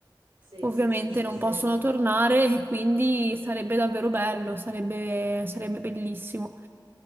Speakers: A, on the right; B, on the right.
A: sì,
B: ovviamente
A: sì, sì, sì,
B: non
A: sì.
B: possono tornare e quindi sarebbe davvero bello, sarebbe, sarebbe bellissimo.